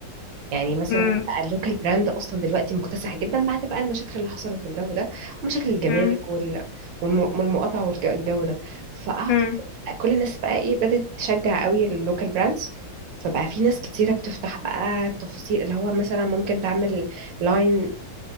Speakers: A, on the right (about 75°); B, on the left (about 90°).
A: يعني مثلا
B: امم
A: بقى اللوكال براند اصلا دلوقتي مكتسح جدا بعد بقى المشاكل اللي حصلت والجو ده ومشاكل الجمارك
B: امم
A: وال- والم- والمقاطعه والجو ده فاعتقد
B: امم
A: كل الناس بقى ايه بدات تشجع قوي اللوكال براندز فبقى في ناس كتيره بتفتح بقى تفاصيل اللي هو مثلا ممكن تعمل لاين